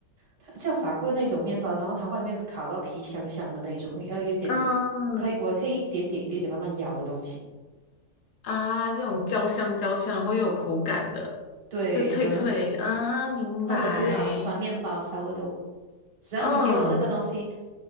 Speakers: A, on the right (about 75°); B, on the left (about 70°).
A: 它像法棍那种面包，然后它外面烤到皮香香的那种，要有一点，
B: 嗯
A: 我可以我可以一点点一点点慢慢咬的东西，
B: 啊，这种焦香焦香，然后又有口感的，
A: 对，
B: 就脆脆啊，
A: 然后
B: 明白。
A: 或者是啊酸面包、稍微都。只要你给我这个东西，
B: 嗯，